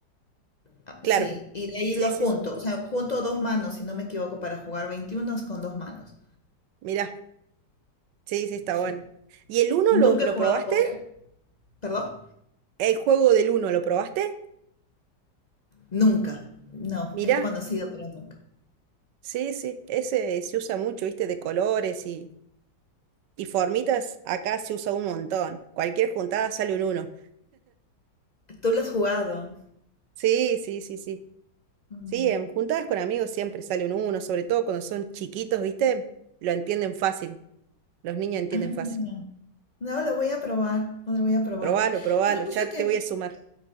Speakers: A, on the left; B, on the right.
A: Ah,
B: claro.
A: sí, y de ahí
B: Sí,
A: lo junto,
B: sí, sí.
A: o sea, junto dos manos, si no me equivoco, para jugar 21 con dos manos.
B: Mirá, sí, sí, está
A: Sí.
B: bueno. ¿Y el uno
A: Nunca
B: lo, lo
A: he jugado
B: probaste?
A: póker. ¿Perdón?
B: ¿El juego del uno lo probaste?
A: Nunca. No,
B: Mirá,
A: es conocido, pero nunca.
B: sí, sí, ese se usa mucho, viste, de colores y, y formitas. Acá se usa un montón. Cualquier juntada sale un uno.
A: ¿Tú lo has jugado?
B: Sí, sí, sí, sí.
A: Mm.
B: Sí, en juntadas con amigos siempre sale un uno, sobre todo cuando son chiquitos, ¿viste? Lo entienden fácil, los niños entienden
A: Ah, bueno.
B: fácil.
A: No, lo voy a probar, no lo voy a probar.
B: Probalo, probalo,
A: Otra cosa
B: ya
A: que,
B: te voy
A: <laughs>
B: a sumar.